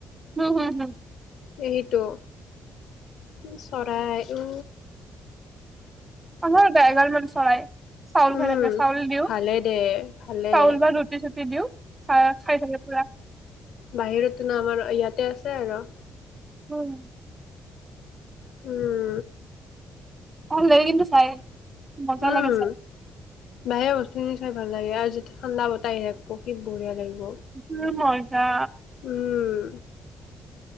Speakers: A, on the right; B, on the left.
A: উম, হম, হম।
B: সেইটো উম চৰাই উ।
A: <unintelligible> এগাল মান চৰাই। চাউল
B: উম,
A: খাই থাকে চাউল দিওঁ
B: ভালে দে ভালে।
A: চাউল বা ৰুটি চুটি দিওঁ। খাই থাকে পুৰা।
B: বাহিৰত ন আমাৰ ইয়াতে আছে আৰু।
A: উম।
B: উম।
A: ভাল লাগে কিন্তু চাই মজা
B: উম।
A: লাগে চাই।
B: বাহিৰা বস্তুখিনি চাই ভাল লাগে আৰু যেতিয়া ঠাণ্ডা বতাহ আহি থাকিব কি বঢ়িয়া লাগিব।
A: এ মজা।
B: উম।